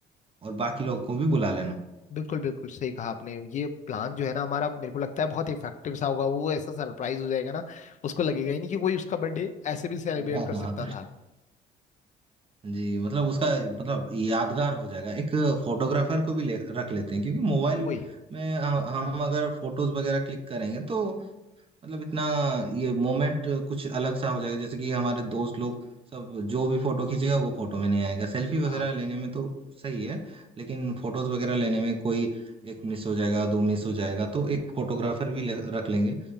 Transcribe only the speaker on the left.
बिल्कुल बिल्कुल सही कहा आपने ये प्लान जो है ना हमारा मेरे को लगता है बहुत इफेक्टिव सा होगा वो ऐसा सरप्राइज हो जाएगा ना उसको लगेगा ही नहीं कि कोई उसका बर्थडे ऐसे भी सेलिब्रेट
कर
सकता था
वही
हाँ